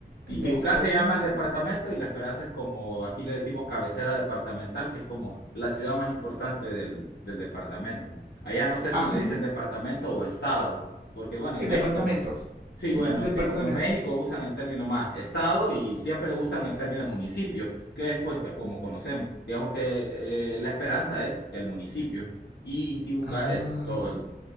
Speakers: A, on the left; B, on the right.
A: Intibucá
B: La Esperanza.
A: se llama el departamento y La Esperanza es como, aquí le decimos cabecera departamental, que es como la ciudad más importante del, del departamento. Allá no sé si
B: Ah.
A: le dicen departamento o estado, porque bueno, en
B: eh,
A: México
B: Departamentos.
A: Sí,
B: Departamento.
A: bueno, sí, porque en México usan el término más estado y siempre usan el término municipio, que después, que como conocemos, digamos que eh, La Esperanza es el municipio y Intibucá
B: Ah,
A: es todo el,